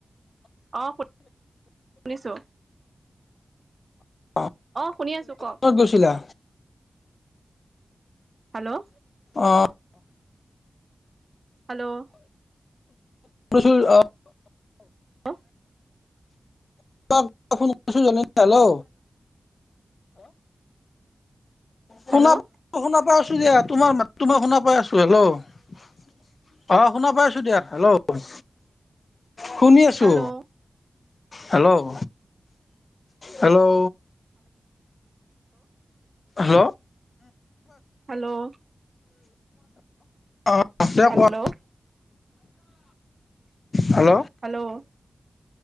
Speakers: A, on the right (about 50°); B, on the left (about 55°).
A: অ শুনিছো।
B: অ
A: শুনি আছো কওক
B: কত গৈছিলা
A: হেল্ল'
B: অঁ
A: হেল্ল'
B: চ অ
A: হেল্ল
B: ফোন কৰি হেল্ল' হেল্ল' শুনা
A: হেল্ল'
B: শুনা পাই আছো দিয়া তোমাৰ তোমাৰ শুনা পাই আছো হেল্ল' অ শুনা পাইছো দিয়া হেল্ল' শুনি আছো
A: হেল্ল' hello hello
B: hello hello hello
A: hello
B: অ স কোৱা
A: হেল্ল'
B: হেল্ল'
A: হেল্ল'